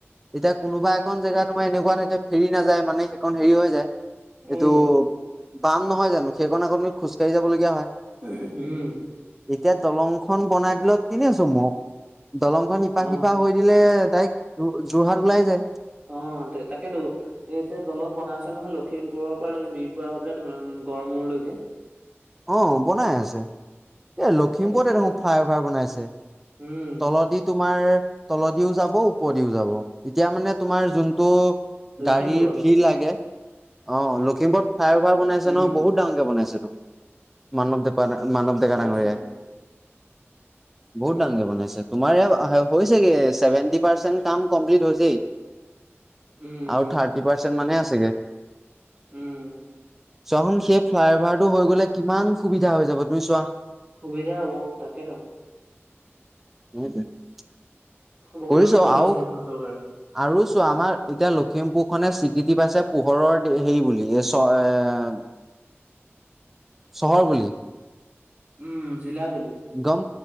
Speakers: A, in the centre; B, on the right.
A: যেতিয়া কোনোবা এখন জেগা তোমাৰ এনেকুৱা থাকে ফেৰি নাযায় মানে সেইখন হেৰি হৈ যায়। এইটো
B: উম
A: বাম নহয় জানো। সেইকনাখনি খোজকাঢ়ি যাবলগীয়া হয়।
B: উম
A: এতিয়া দলং খন বনাই দিলো তিনেছো মোক দলং খন ইপা
B: অ
A: শিপা হৈ দিলে। তাইক যোৰহাট ওলাই যায়।
B: অ তাকেতো এ এতিয়া দলং বনাই আছে নহয় লখিমপুৰৰ পৰা এনেকে বিৰপুৱ হৈ পেলাই গৰমৰ লৈ। <unintelligible>
A: অ বনাই আছে এ লখিমপুৰতে
B: তাকে দেখিছো
A: দেখোন ফ্লাইঅভাৰ বনাইছে।
B: উম
A: তলদি তোমাৰ। তলদিও যাব ওপৰ দিও যাব এতিয়া মানে তোমাৰ যোনটো।
B: লখিমপুৰত
A: গাড়ীৰ ভিৰ লাগে অ লখিমপুৰ। ফাই অভাৰ বনাইছে
B: উম
A: নহ বহুত ডাঙকে বনাইছে তো মানৱ দে। মানৱ দেকা
B: আচ্ছা
A: আাঙৰিয়াই। বহুত
B: উম
A: ডাঙৰকে বনাইছে। তোমাৰে হৈছেগে? চছেভেনটি পাৰ্চেন্ট কাম কমপ্লিট হৈছেই।
B: উম
A: আৰু থাৰ্টি পাৰ্চেন্ট মানে আছেগে।
B: উম!
A: চোৱা চোৱা, সেই, ফ্লাই অভাৰটো হৈ গ'লে কিমান সুবিধা হৈ যাব। তুমি চোৱা!
B: সুবিধা হ'ব। তাকেতো!
A: <unintelligible>
B: বহুত
A: কৰিছ
B: উন্নতি
A: আৰু?
B: কৰিছে সেইখন চৰকাৰে
A: আৰু আমাৰ এতিয়া লখিমপুৰখনে স্বীকৃতি পাইছে, পোহৰৰ হেৰি বুলি। এ, চ' এ, চহৰ বুলি।
B: উম, জিলা বুলি।
A: গম